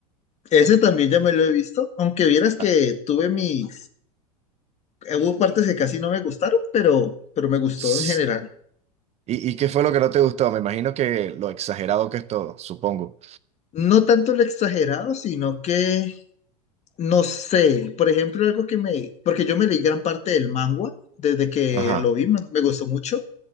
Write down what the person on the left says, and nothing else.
ese también ya me lo he visto, aunque vieras que
tuve mis, eh, hubo partes que casi no me gustaron, pero, pero me gustó
en general.
No tanto lo exagerado, sino que No sé, por ejemplo, algo que me, porque yo me leí gran parte del manga desde que
lo vi, me, me gustó mucho,